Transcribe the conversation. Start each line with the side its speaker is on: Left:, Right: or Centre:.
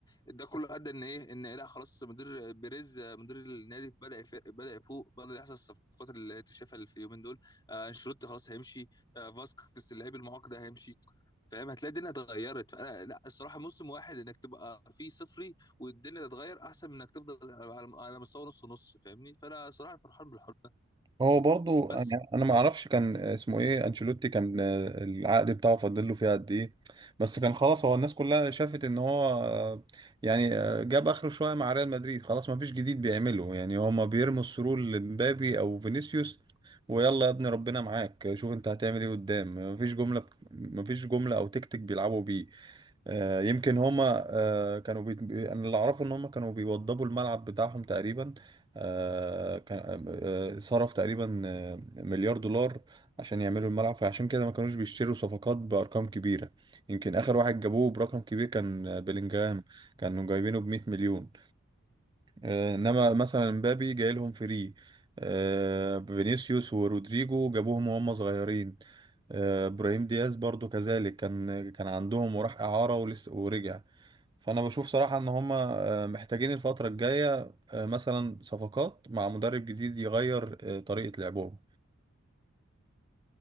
Left: ده كله ادى ان ايه ان إيه، لا خلاص مدير بيريز آه، مدير النادي بدا يف- بدا يفوق بدا يحصل الصفقات اللي اتشافها اللي في اليومين دول آه، انشيلوتي خلاص هيمشي آه، فاسكس اللاعب المعاق ده هيمشي فاهم هتلاقي الدنيا اتغيرت فانا لا الصراحه موسم واحد انك تبقى فيه صفري والدنيا تتغير احسن من انك تفضل على على مستوى نص نص فاهمني فانا صراحه فرحان بالحوار ده
Right: هو برضو
Left: بس
Right: أنا أنا ما أعرفش كان اسمه إيه أنشيلوتي كان آه، العقد بتاعه فاضل له فيه قد إيه بس كان خلاص هو الناس كلها شافت إن هو آه، يعني آه، جاب آخره شوية مع ريال مدريد خلاص ما فيش جديد بيعمله يعني هما بيرموا السرور لمبابي أو فينيسيوس ويلا يا ابني ربنا معاك شوف انت هتعمل ايه قدام مفيش جملة مفيش جملة او تكتيك بيلعبوا بيه آه، يمكن هما آه، كانوا بيت... بي- انا اللي اعرفه ان هما كانوا بيوضبوا الملعب بتاعهم تقريبا آه، كان آه، صرف تقريبا آه، مليار دولار عشان يعملوا الملعب فعشان كده ما كانوش بيشتروا صفقات بارقام كبيره يمكن اخر واحد جابوه برقم كبير كان آه، بيلينجهام كانوا جايبينه ب 100 مليون آه، انما مثلا مبابي جاي لهم فري آه، فينيسيوس ورودريجو جابوهم وهم صغيرين آه، ابراهيم دياز برضو كذلك كان كان عندهم وراح اعاره ولسه ورجع فانا بشوف صراحة ان هما آه، محتاجين الفترة الجاية آه، مثلا صفقات مع مدرب جديد يغير آه، طريقة لعبهم